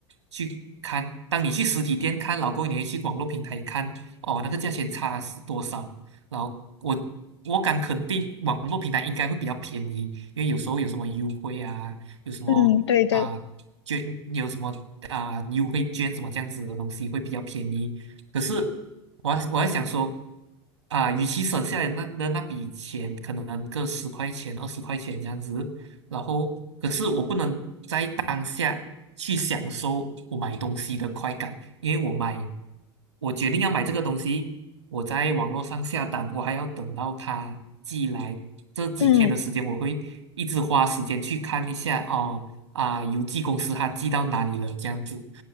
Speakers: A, on the right; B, on the left.
A: 去看。当你去实体店看，老公，你会去网络平台看，哦，那个价钱差是多少？然后我我敢肯定，网络平台应该会比较便宜，因为有时候有什么啊优惠啊，有什么啊捐，
B: 嗯，对对，
A: 有什么啊优惠券什么这样子的东西会比较便宜。可是我还我还想说，啊，与其省下来那的那笔钱，可能个十块钱、二十块钱这样子，然后可是我不能在当下去享受我买东西的快感，因为我买，我决定要买这个东西，我在网络上下单，我还要等到它寄来，这几天的时间我会一直花时间去看一下哦啊，
B: 嗯
A: 邮寄公司它寄到哪里了，这样子